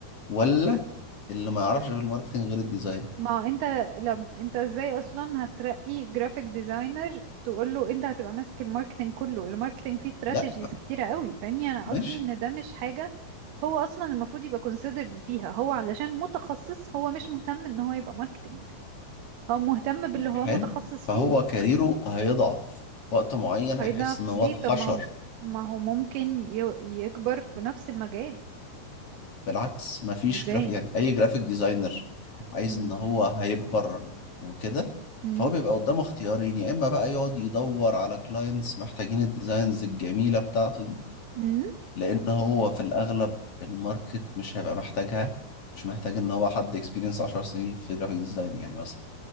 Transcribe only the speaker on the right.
ما هو انت لم انت ازاي اصلا هترقي جرافيك ديزاينر تقول له انت هتبقى ماسك الماركتنج كله الماركتنج فيه استراتيجيز
كتيرة قوي فاهمني انا
قصدي ان ده مش حاجة هو اصلا المفروض يبقى considered فيها هو علشان متخصص هو مش مهتم ان هو يبقى ماركتنج هو مهتم باللي هو
متخصص
فيه
هيضعف
ليه
طب ما هو ما هو ممكن ي- يكبر في نفس المجال
ازاي
مم.
مم.
مم.